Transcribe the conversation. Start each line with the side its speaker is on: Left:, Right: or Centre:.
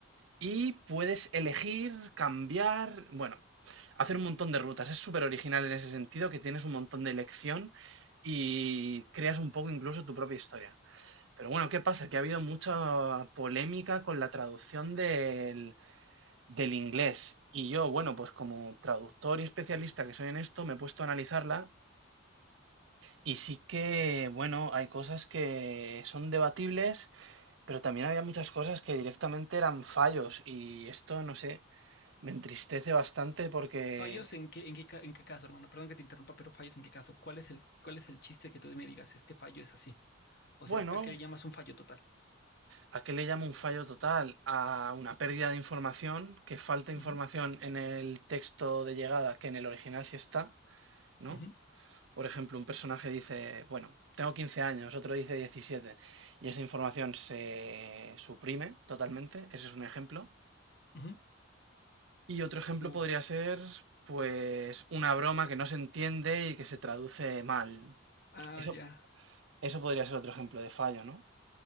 Right: Y puedes elegir, cambiar, bueno, hacer un montón de rutas. Es súper original en ese sentido, que tienes un montón de elección y creas un poco incluso tu propia historia. Pero bueno, ¿qué pasa? Que ha habido mucha polémica con la traducción del, del inglés. Y yo, bueno, pues como traductor y especialista que soy en esto, me he puesto a analizarla y sí que, bueno, hay cosas que son debatibles, pero también había muchas cosas que directamente eran fallos y esto, no sé, me entristece bastante porque,
Left: ¿Fallos en qué, en qué, ca- en qué caso, hermano? Perdón que te interrumpa, pero fallos en qué caso. ¿Cuál es el, cuál es el chiste que tú me digas, este fallo es así? O
Right: bueno,
Left: sea, ¿a qué le llamas un fallo total?
Right: ¿a qué le llamo un fallo total? A una pérdida de información, que falta información
Left: Ujú,
Right: en el texto de llegada que en el original sí está, ¿no?
Left: ujú,
Right: Por ejemplo, un personaje dice, bueno, tengo 15 años, otro dice 17, y esa información se suprime totalmente, ese es un ejemplo.
Left: ujú.
Right: Y otro ejemplo
Left: Uy,
Right: podría ser, pues, una broma que no se entiende y que se traduce mal.
Left: ah,
Right: Eso,
Left: ya.
Right: eso podría ser otro ejemplo de fallo, ¿no?